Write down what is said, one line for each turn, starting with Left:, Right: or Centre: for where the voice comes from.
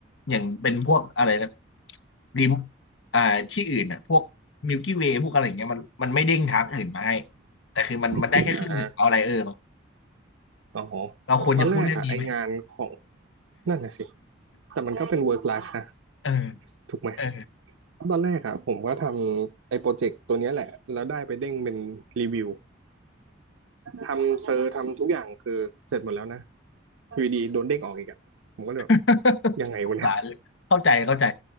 Left: อย่างเป็นพวกอะไรนะริมอ่าที่อื่นอ่ะพวกมิลกี้เวย์พวกอะไรอย่างเงี้ยมันมันไม่เด้งทางอื่นมาให้แต่คือมันมันได้แค่ครึ่งหนึ่งเอาไรเออมั้ง
Right: อ่าอ๋อ
Left: เราควรจะพูดเรื่องนี้ไหม
Right: ลตอนแรงกอะไองานของนั่นน่ะสิ แต่มันก็เป็กน work life นะ
Left: <laughs> เออ
Right: ถูกไหม
Left: เออ
Right: ตอนแรกอะผมก็ทำไอ้โปรเจกต์ตัวเนี้ยแหละแล้วได้ไปเด้งเป็นรีวิว ทำเซอร์ทำทุกอย่างคือเสร็จหมดแล้วนะอยู่ดีโดนเด้งออกอีกอะผมก็เลยแบบ
Left: <laughs>
Right: ยังไงวะเนี่ย
Left: สงสารเลยเข้าใจเข้าใจ